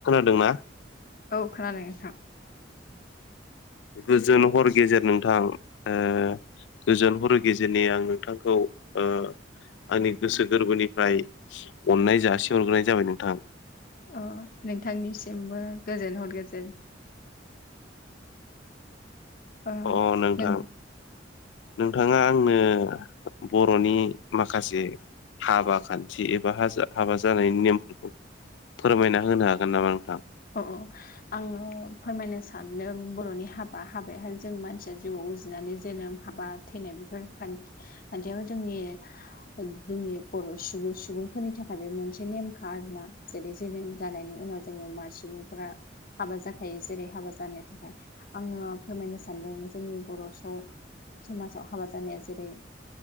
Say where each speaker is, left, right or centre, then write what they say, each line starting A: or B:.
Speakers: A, on the left (about 70°); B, on the left (about 50°).
A: दों ना।
B: औ खोनादों नोंथां।
A: गोजोन हर गेजेर नोंथां गोजोन हर गेजेरनि आं। बिथांखौ ओ आंनि गोसो गोरबोनिफ्राय अननाय जासिहरग्रोनाय जाबाय नोंथां।
B: अ नोंथांनिसिमबो गोजोन हर गोजोन। ओ
A: अ नोंथां।
B: नों
A: नोंथाङा आंनो बर'नि माखासे हाबा खान्थि एबा हाबा जानायनि नेमफोरखौ फोरमायना होनो हागोन नामा नोंथां
B: अ अ आङो फोरमायनो सानदों बर'नि हाबा हाबायाहाय जों मानसिया जिउआव उजिनानै जोनोम हाबा। थैनाय बेफोर खान्थियाव जोंनि जोंनि बर' सुबुं सुबुंफोरनि थाखाय बे मोनसे नेमखा आरना जेरै जोनोम जानायनि उनाव जोङो मा सुबुंफ्रा हाबा जाखायो जेरै हाबा जानो थाखाय आङो फोरमायनो सानदों जोंनि बर' स समाजाव हाबा जानाया जेरै